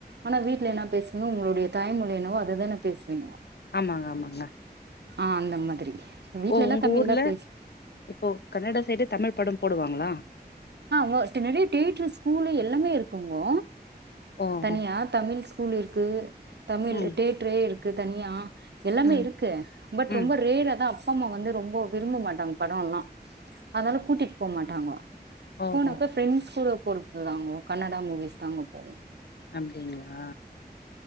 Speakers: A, on the right; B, on the left.
A: ஆனா வீட்டுல என்ன பேசுவீங்க உங்களுடைய தாய்மொழி என்னவோ அதுதானே பேசுவீங்க
B: ஆமாங்க ஆமாங்க
A: ஆ அந்த மாதிரி வீட்ல
B: ஓ
A: எல்லா
B: உங்க
A: தமிழ்தா
B: ஊர்ல
A: பேசு
B: இப்போ கன்னட சைடு தமிழ் படம் போடுவாங்களா
A: ஆஹ தின்னடி தியேட்டரு ஸ்கூலு எல்லாமே இருக்குங்கோ
B: ஓஹோ
A: தனியா தமிழ் ஸ்கூல் இருக்கு தமிழ்
B: ம்
A: தியேட்டரே இருக் க்கு தனியா எல்லாமே
B: ம்
A: இருக்கு பட்
B: ம்
A: ரொம்ப ரேரா தான் அப்பா அம்மா வந்து ரொம்ப விரும்ப மாட்டாங்க படம் எல்லாம் அதனால கூட்டிட்டு போக மாட்டாங்கோ
B: ஓஹோ
A: போனாக்க பிஃரெண்ட்ஸ் கூட பொறுத்து தாங்கோ கன்னடா மூவிஸ் தாங்கோ போவோம்
B: அப்டிங்களா